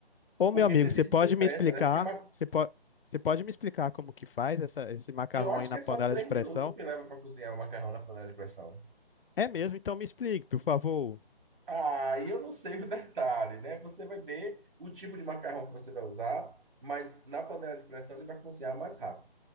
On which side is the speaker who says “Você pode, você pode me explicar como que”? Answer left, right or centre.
Left